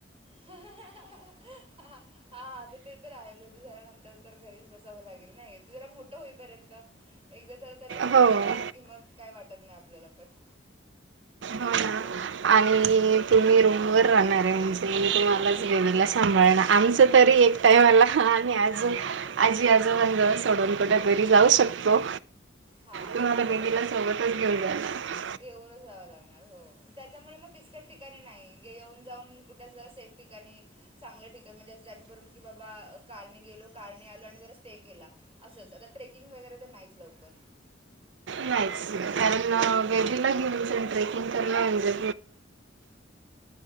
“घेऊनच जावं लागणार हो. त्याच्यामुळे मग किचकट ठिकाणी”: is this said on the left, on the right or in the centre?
Right